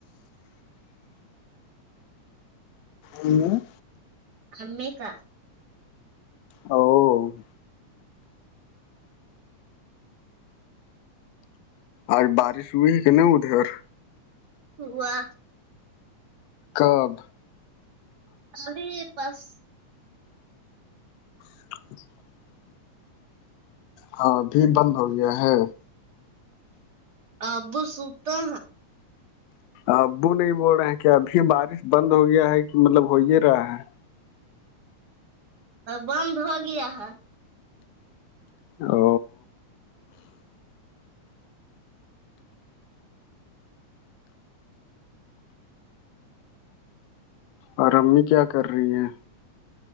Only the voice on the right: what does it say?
امی کا
ہوا
ای یہ بس
اب سوتا
بند دھو گیا ہا